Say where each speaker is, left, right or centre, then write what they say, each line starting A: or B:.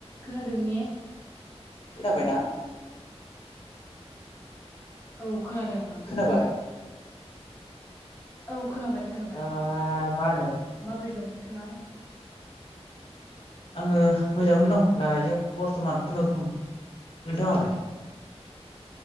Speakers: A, on the left; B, on the left.
A: खोनादों ने?
B: खोनाबायना?
A: औ खोनादों आंबो
B: खोनाबाय
A: खोनानाय औ खोनाबाय खोनाबाय
B: दा मा होनो
A: माब्रै दं नोंथाङा?
B: आङो मोजाङैनो दं दायो बर्थमान खुनुरुखुम। नोंथाङालाय?